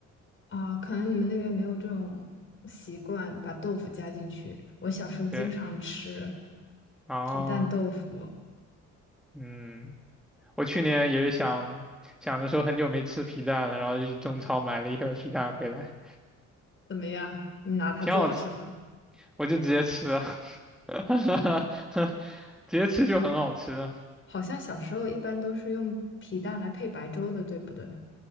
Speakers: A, on the left; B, in the centre.
A: 啊，可能你们那边没有这种习惯，把豆腐加进去。我小时候经常吃
B: 对，啊，
A: 皮蛋豆腐，
B: 嗯，我去年也是想想着说很久没吃皮蛋了，然后就去中超买了一盒皮蛋回来，
A: 怎么样？你拿它做了什么？
B: 挺好，吃。我就直接吃啊，<laughs> 直接吃就很好吃啊。
A: 好像小时候一般都是用皮蛋来配白粥的，对不对？